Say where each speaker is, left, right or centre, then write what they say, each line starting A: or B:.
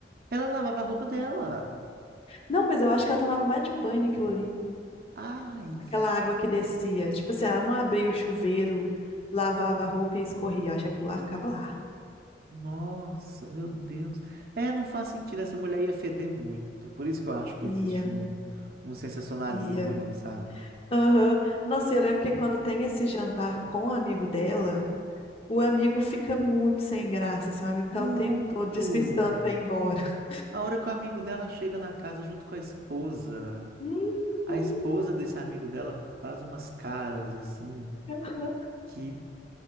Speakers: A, on the right (about 55°); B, on the left (about 30°).
A: Ela lavava a roupa dela.
B: Não, mas eu acho que ela tomava mais de um banho naquilo ali.
A: Ai,
B: Aquela água que descia. Tipo assim, ela não abria o chuveiro, lavava a roupa e escorria. Eu acho que aquilo lá ficava lá.
A: nossa, meu Deus. É, não faz sentido. Essa mulher ia feder muito. Por isso que eu acho que existe
B: Ia,
A: um, um sensacionalismo
B: ia.
A: ali, sabe?
B: Aham. Nossa, eu lembro que quando tem esse jantar com o amigo dela, o amigo fica muito sem graça, assim, o amigo tá
A: Muito.
B: o tempo todo despistando pra ir embora.
A: A hora que o amigo dela chega na casa junto com a esposa,
B: <laughs>
A: a esposa desse amigo dela faz umas caras assim,
B: Uhum. aham.
A: que,